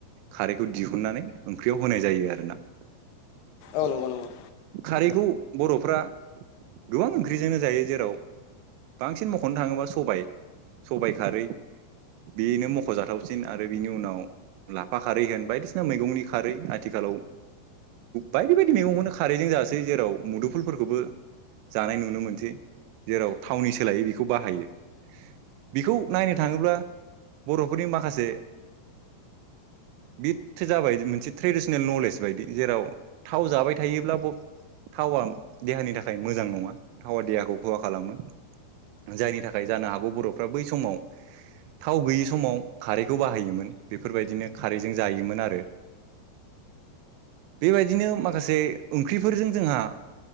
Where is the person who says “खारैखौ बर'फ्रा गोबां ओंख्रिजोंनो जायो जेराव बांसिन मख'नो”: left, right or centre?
Right